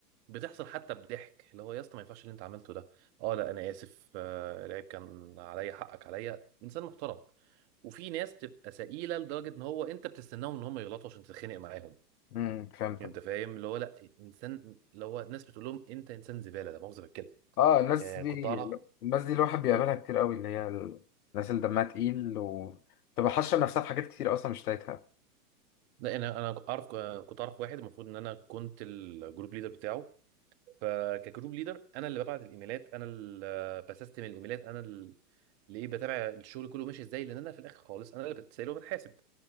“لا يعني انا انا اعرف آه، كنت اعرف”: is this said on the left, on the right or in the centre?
Right